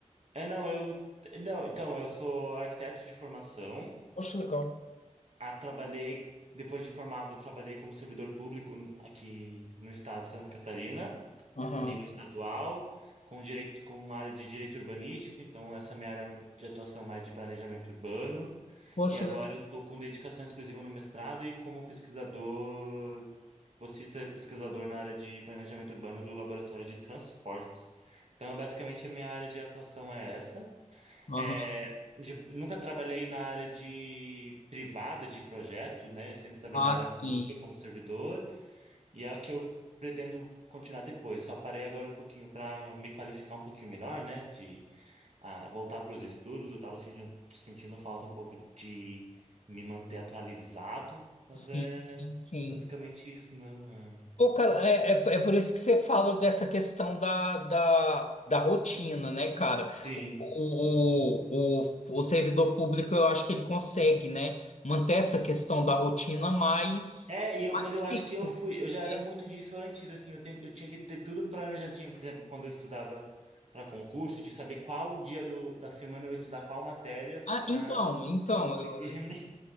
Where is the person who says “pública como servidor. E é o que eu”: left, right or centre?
Right